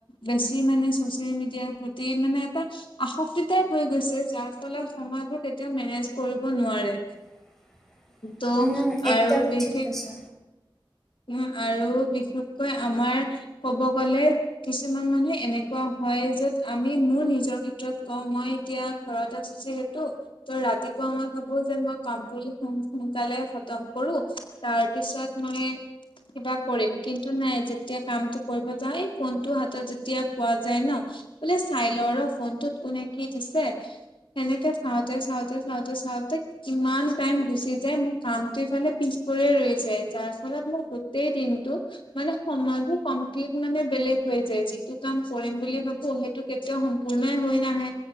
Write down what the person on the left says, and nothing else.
বেছি মানে ছ'চিয়েল মিডিয়াৰ প্ৰতি মানে এটা আসক্তি টাইপ হৈ গৈছে। যাৰ ফলত সময়বোৰ তেতিয়া মেনেজ কৰিব নোৱাৰে।
ত'
আৰু
বিশেষ
উম আৰু বিশেষকৈ আমাৰ ক'ব গ'লে কিছুমান মানুহে এনে কোৱা হয় য'ত আমি মোৰ নিজৰ ক্ষেত্ৰত কওঁ মই এতিয়া ঘৰত আছো যে সেইটো ত' ৰাতিপুৱা মই ভাবো যে, মই কামখিনি সো সোনকালে খতম কৰো তাৰ পিছত মই কিবা কৰিম, কিন্তু নাই যেতিয়া কামটো কৰিব যাওঁ এই ফোনটো হাতত যেতিয়া পোৱা যায় ন' বোলে চাই লওঁ ৰহ ফোনটোত কোনে কি দিছে। সেনেকে চাওঁতে, চাওঁতে, চাওঁতে, চাওঁতে ইমান টাইম গুচি যায়, মোৰ কামটো ইফালে পিছ পৰিয়ে ৰৈ যায়, যাৰ ফলত মোৰ গোটেই দিনটো মানে সময়বোৰ কমপ্লিট মানে বেলেগ হৈ যায় যিটো কাম কৰিম বুলি ভাবো, সেইটো কেতিয়াও সম্পূৰ্ণই হৈ নাহে।